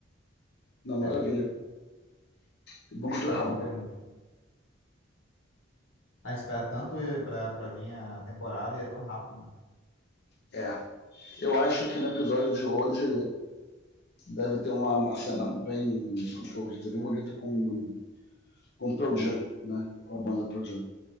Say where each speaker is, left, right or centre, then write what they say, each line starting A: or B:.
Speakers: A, on the left; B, on the left.
A: Não, maravilha.
B: É,
A: Que bom que eu tô
B: então
A: errado,
B: é o
A: então.
B: penúltimo. A gente espera tanto eh, pra, pra vir a temporada e é tão rápido, né?
A: É. Eu acho que no episódio de hoje deve ter uma, uma cena bem, como que eu vou dizer, bem bonita com, com o Pearl Jam, né? Com a banda Pearl Jam.